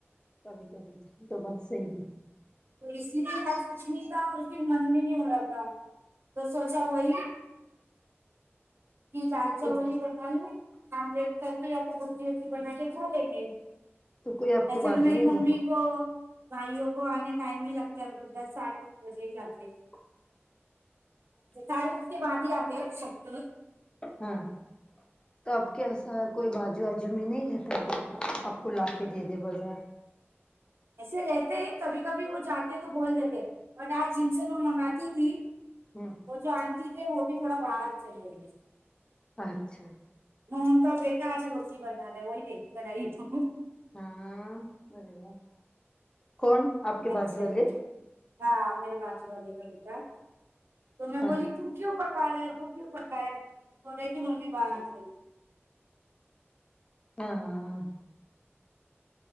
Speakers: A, on the left (about 20°); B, on the right (about 60°).
A: کبھی کبھی تو یہ بات صحیح
B: تو اس لیے آج کچھ نہیں تھا اور پھر من بھی نہیں ہو رہا تھا تو سوچا وہی یہ دال چاول
A: تو
B: یی بنا لو آملیٹ تل دو یا بھجی ورجی بنا کے کھا لیں گے
A: تو کوئی آپ
B: ایسے
A: کے بازو
B: بھی میری
A: میں
B: ممی
A: جاتا
B: کو بھائیوں کو آنے ٹائم ہی لگتا ہے لوگ دس ساڈھے دس بجے ہی آتے
A: ناقابل سماعت
B: ساڈے دس کے بعد ہی آتے شکتی
A: ہاں تو آپ کی ایسا ہے کوئی بجو آجو میں نہیں رہتا جب آپ کو لا کے دے دے بازار
B: ایسے رہتے کبھی کبھی وہ جاتے تو بول دیتے بٹ آج جن سے میں منگاتی تھی
A: ہوں
B: وہ جو آنٹی تھے وہ بھی تھوڑا باہر چل رہئی ہے
A: اچھا اچھا
B: ان کا بیٹا آج روٹی بنا رہا ہے وہی دیکھ کر آئی ہ
A: ہاں اری وا کون آپ کے
B: اچھا
A: بازو والے
B: ہاں میرے بازو والو کا بیٹا تو
A: اچھا
B: میں بی تو کیوں پکا رہا ہے تو کیوں پکا ہے رہے کی ممی باہر گئی ہے
A: ہاں ہاں ہاں